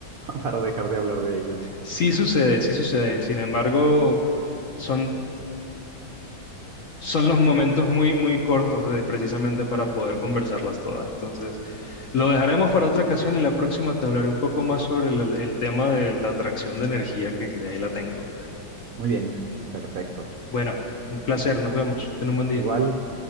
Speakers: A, on the right (about 60°); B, on the left (about 50°).
A: para dejar de hablar de ellas.
B: Sí sucede, sí sucede. Sin embargo, son son los momentos muy, muy cortos de, precisamente para poder conversarlas todas. Entonces, lo dejaremos para otra ocasión y la próxima te hablaré un poco más sobre el, el tema de la atracción de energía, que de ahí la tengo.
A: Muy bien, perfecto.
B: Bueno, un placer, nos vemos. Ten un buen día.
A: Igual,